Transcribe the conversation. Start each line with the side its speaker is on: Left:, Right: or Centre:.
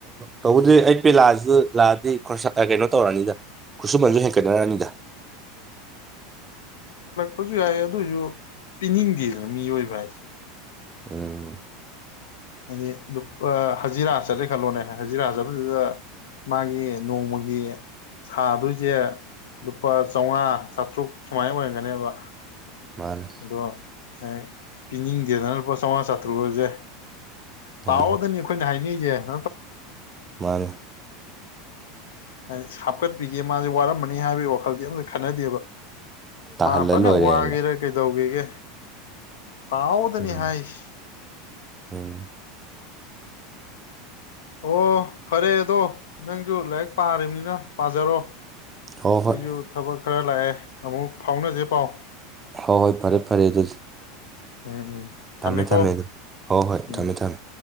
Right: ꯇꯧꯕꯗꯤ ꯑꯩ ꯄꯦꯂꯥꯁꯨ ꯂꯥꯛꯑꯗꯤ ꯀꯩꯅꯣ ꯇꯧꯔꯅꯤꯗ ꯈꯨꯠꯁꯨꯃꯟꯁꯨ ꯍꯦꯟꯀꯠꯅꯔꯅꯤꯗ
Left: ꯐꯁꯨ ꯌꯥꯏ ꯑꯗꯨꯑꯣ ꯑꯣꯏꯁꯨ ꯄꯤꯅꯤꯡꯗꯦꯗꯅ ꯃꯤꯑꯣꯏꯕ ꯍꯥꯏꯁꯦ
Right: ꯎꯝ
Left: ꯍꯥꯏꯗꯤ ꯍꯖꯤꯔꯥ ꯆꯠꯂꯦ ꯈꯜꯂꯣꯅꯦ ꯍꯖꯤꯔꯥ ꯆꯠꯄꯗꯨꯗ ꯃꯥꯒꯤ ꯅꯣꯡꯃꯒꯤ ꯁꯥꯗꯣꯏꯁꯦ ꯂꯨꯄꯥ ꯆꯥꯝꯃꯉꯥ ꯆꯥꯇ꯭ꯔꯨꯛ ꯁꯨꯃꯥꯏꯅ ꯑꯣꯏꯔꯒꯅꯦꯕ
Right: ꯃꯥꯅꯦ
Left: ꯑꯗꯣ ꯍꯦꯛ ꯄꯤꯅꯤꯡꯗꯦꯗꯅ ꯂꯨꯄꯥ ꯆꯥꯝꯃꯉꯥ ꯆꯥꯇ꯭ꯔꯨꯨꯔꯁꯦ ꯇꯥꯑꯣꯗꯅꯤ
Right: ꯃꯥꯅꯦ
Left: ꯑꯩꯈꯣꯏꯅ ꯍꯥꯏꯅꯤꯁꯦ <unintelligible>
Right: ꯃꯥꯅꯦ
Left: ꯍꯥꯏꯗꯤ ꯍꯥꯞꯀꯠꯄꯤꯒꯦ ꯃꯥꯁꯦ ꯋꯥꯔꯝꯕꯅꯤ ꯍꯥꯏꯕꯒꯤ ꯋꯥꯈꯜꯗꯤ ꯑꯝꯇ ꯈꯟꯅꯗꯦꯕ
Right: ꯇꯥꯍꯜꯂ
Left: ꯃꯥꯄꯅꯦ
Right: ꯂꯣꯏꯔꯦꯅ
Left: ꯋꯥꯒꯔ ꯇꯧꯒꯤꯒꯦ ꯇꯥꯎꯗꯅꯤ
Right: ꯎꯝ
Left: ꯍꯥꯏꯁꯤ
Right: ꯎꯝ
Left: ꯑꯣ ꯐꯔꯦ ꯑꯗꯣ ꯅꯡꯁꯨ ꯂꯥꯏꯔꯤꯛ ꯄꯥꯔꯤꯕꯅꯤꯅ ꯄꯥꯖꯔꯣ
Right: ꯍꯣꯏ ꯍꯣꯏ
Left: ꯑꯩ ꯌꯣ ꯊꯕꯛ ꯈꯔ ꯂꯥꯛꯑꯦ ꯑꯃꯨꯛ ꯐꯥꯎꯅꯁꯦ ꯄꯥꯎ
Right: ꯍꯣꯏ ꯍꯣꯏ ꯐꯔꯦ ꯐꯔꯦ ꯑꯗꯨꯗꯤ
Left: ꯎꯝ ꯎꯝ ꯊꯝꯃꯦꯀꯣ
Right: ꯊꯝꯃꯦ ꯊꯝꯃꯦ ꯑꯗꯨ ꯍꯣ ꯍꯣꯏ
Left: ꯎꯝ
Right: ꯊꯝꯃꯦ ꯊꯝꯃꯦ